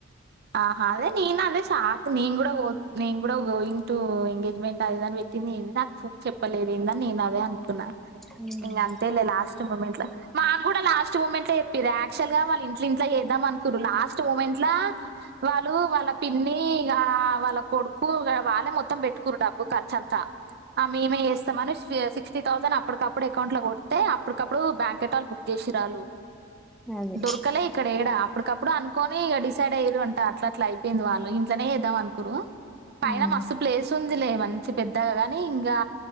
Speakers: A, on the right; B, in the centre.
A: ఆహా అదే నేను అదే సాాక్ నేను కూడా నేను కూడా గోయింగ్ టు ఎంగేజ్మెంట్ అదదని పెట్టింది నాకు చూ చెప్పలేదు ఏందని నేను అదే అనుకున్నాను.
B: ఉమ్
A: ఇంకా అంతేలే లాస్ట్ లాస్ట్ మూమెంట్ లో మాకు కూడా లాస్ట్ మూమెంట్ చెప్పారు యాక్చువల్ గా వాళ్ళ ఇంట్ ఇట్లో వేద్దాం అనుకురు లాస్ట్ మూమెంట్ లో వాళ్ళు వాళ్ళ పిన్ని ఇ వాళ్ళ కొడుకు వాళ్ళే మొత్తం పెట్టుకురు డబ్బు ఖర్చు అంతా ఆ మేమే చేస్తామని సిక్స్టీ థౌసండ్ అప్పటికప్పుడు అకౌంట్ లో కొడితే అప్పుటికప్పుడు బ్యాంక్ ఎటళ బుక్ చేసిరాళ్ళు
B: అదే
A: దొరకలే ఇక్కడ ఏడా అప్పుటికప్పుడు అనుకోని సైడ ఎరు అంట అట్లా అట్లా అయిపోయింది వాళ్ళు ఇంట్లోనే వద్దాం అనుకురు పైన
B: ఉమ్
A: మస్తు ప్లేస్ ఉందిలే మంచి పెద్దగా ని ఇంకా